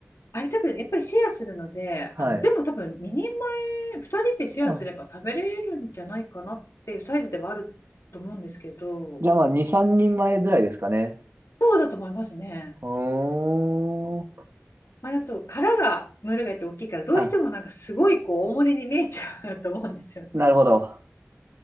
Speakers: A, on the left (about 80°); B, on the right (about 60°).
A: あれ多分やっぱりシェアするので、
B: はい。
A: あの、でも多分2人前、2人でシェアすれば食べれるんじゃないかなっていうサイズではあると思うんですけど、
B: あじゃあまあ、2、3人前ぐらいですかね。
A: そうだと思いますね。
B: ほーん。
A: まあ、あと殻がムール貝って大きいからどうしてもなんかすごいこう大盛りに見えちゃう
B: あ、
A: <laughs> と思うんですよね。
B: なるほど。